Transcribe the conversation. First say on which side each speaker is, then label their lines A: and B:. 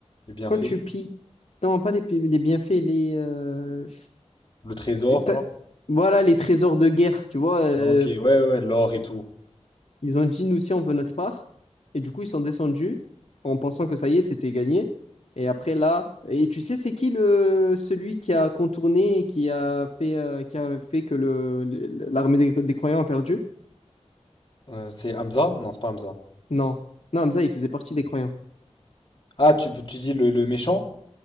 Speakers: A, on the left; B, on the left.
A: les bienfaits,
B: quand tu pilles, non, pas les, pi- les bienfaits, les, euh,
A: le trésor,
B: que t'as-
A: genre.
B: voilà, les trésors de guerre, tu vois, euh,
A: Ah, ok, ouais, ouais, ouais, l'or et tout.
B: Ils ont dit, nous aussi, on veut notre part. Et du coup, ils sont descendus en pensant que ça y est, c'était gagné. Et après, là, et tu sais, c'est qui le celui qui a contourné et qui a fait, euh, qui a fait que le, le- l'armée des, des croyants a perdu?
A: Euh, c'est Hamza? Non, c'est pas Hamza.
B: Non. Non, Hamza, il faisait partie des croyants.
A: Ah, tu, peux- tu dis le, le méchant?